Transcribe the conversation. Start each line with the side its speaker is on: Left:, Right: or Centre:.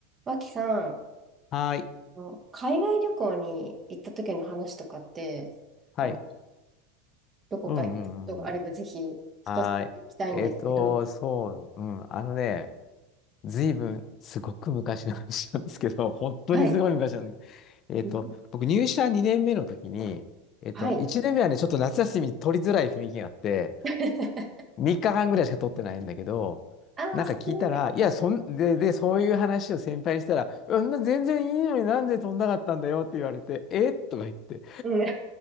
Right: 脇さん、あ
Left: はーい。
Right: の海外旅行に行った時の話とかって、
Left: はい。
Right: なんかどこか行ったことがあればぜひ聞かせていただきたいんですけど。
Left: うんうんうんうん。はーい。えっと、そう、うん。あのね、ずいぶん、すごく昔の話なんですけど、<laughs> 本当にすごい昔なんだけど、
Right: はい。
Left: えっと、
Right: うん
Left: 僕入社2年目の時に、えっと、
Right: はい。
Left: 1年目はね、ちょっと夏休み取りづらい雰囲気があって、
Right: <laughs>
Left: 3日間ぐらいしか取ってないんだけど、
Right: ああ、
Left: なんか聞いたら、
Right: 少ない。
Left: いや、そん、で、で、そういう話を先輩にしたら、うん、全然いいのになんで取んなかったんだよって言われて、えとか言って、
Right: うん。